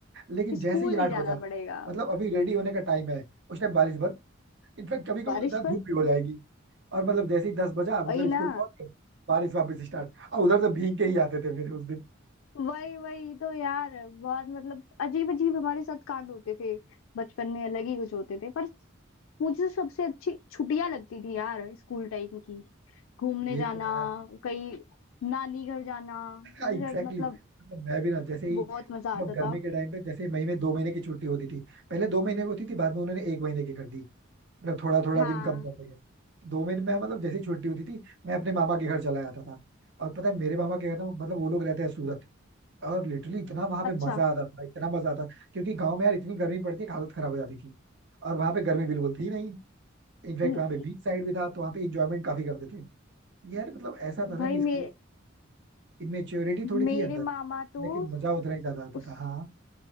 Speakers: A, on the right; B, on the left.
A: लेकिन
B: स्कूल
A: जैसे ही
B: नहीं
A: आठ
B: जाना
A: बजा
B: पड़ेगा अब
A: मतलब अभी रेडी होने का टाइम है उस टाइम बारिश बंद इनफैक्ट कभी कभी
B: बारिश
A: तो ज्यादा
B: बंद
A: धूप भी हो जाएगी और मतलब जैसे ही दस बजा मतलब
B: वही ना
A: स्कूल पहुंच गए बारिश वापस स्टार्ट और उधर से भीग के ही आते थे फिर उस दिन
B: वही वही तो यार बहुत मतलब अजीब अजीब हमारे साथ कांड होते थे बचपन में अलग ही कुछ होते थे पर मुझे तो सबसे अच्छी छुट्टियां लगती थी यार स्कूल टाइम की घूमने
A: ये
B: जाना
A: तो है
B: कहीं नानी घर जाना
A: <laughs>
B: मुझे
A: एग्जैक्टली
B: मतलब
A: मतलब मैं भी ना जैसे ही
B: बहुत मजा
A: मतलब
B: आता
A: गर्मी
B: था
A: के टाइम पे जैसे मई में दो महीने की छुट्टी होती थी पहले दो महीने की होती थी बाद में उन्होंने एक महीने की कर दी मतलब थोड़ा थोड़ा
B: हाँ
A: दिन कम करते गए दो महीने में मतलब जैसे ही छुट्टी होती थी मैं अपने मामा के घर चला जाता था और पता है मेरे मामा के घर ना मतलब वो लोग रहते हैं सूरत और लिटरली इतना वहां
B: अच्छा
A: पे मजा आता था इतना मजा आता था क्योंकि गाँव में यार इतनी गर्मी पड़ती कि हालत खराब हो जाती थी और वहां पे गर्मी बिल्कुल थी नहीं इनफैक्ट
B: म-
A: वहां पे बीच साइड भी था तो वहां पे इंजॉयमेंट काफी करते थे यार मतलब ऐसा था ना
B: भाई
A: कि
B: मे
A: स्कूल इमेच्योरिटी थोड़ी
B: मेरे
A: थी अंदर
B: मामा तो
A: लेकिन मजा उतना ही ज्यादा आता
B: उस
A: था हाँ